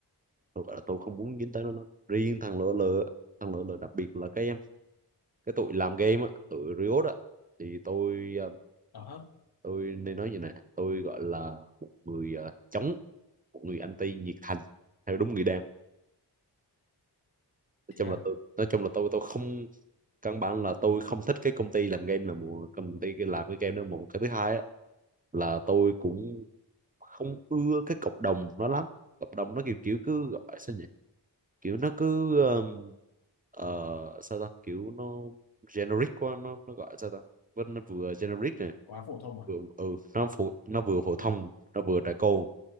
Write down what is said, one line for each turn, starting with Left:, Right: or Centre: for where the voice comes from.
Right: tôi gọi là tôi không muốn dính tới nó nó riêng thằng lỡ lỡ thằng lỡ lỡ đặc biệt là cái cái tụi làm game á tụi Riot á thì tôi ờ,
Left: ờ hớ
Right: tôi nên nói như này tôi gọi là một người ờ, chống một người anti nhiệt thành theo đúng nghĩa đen nói
Left: thế
Right: chung
Left: à
Right: là tôi nói chung là tôi tôi không căn bản là tôi không thích cái công ty làm game là một công ty cái làm cái game đó một cái thứ hai á, là tôi cũng không ưa cái cộng đồng nó lắm cộng đồng nó kiểu kiểu cứ gọi sao nhỉ kiểu nó cứ um, ờ, sao ta kiểu nó generic quá nó nó gọi sao ta Vẫn nó vừa generic này
Left: quá phổ thông à
Right: vừa ừ, nó phổ, nó vừa phổ thông nó vừa trẻ con